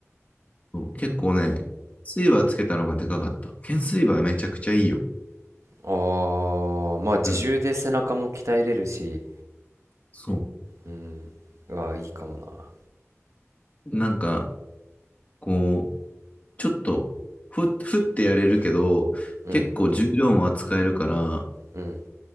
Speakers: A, on the left; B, on the right.
A: そう結構ね、スイバーつけたのがでかかった。懸垂バーめちゃくちゃいいよ。
B: ああ、まあ自重で背中も鍛えれるし、
A: うん。そう。
B: うん。うわ、いいかもな。
A: なんか、こう、ちょっと、ふ、ふってやれるけど、
B: うん。
A: 結構重量も扱えるから、
B: うん。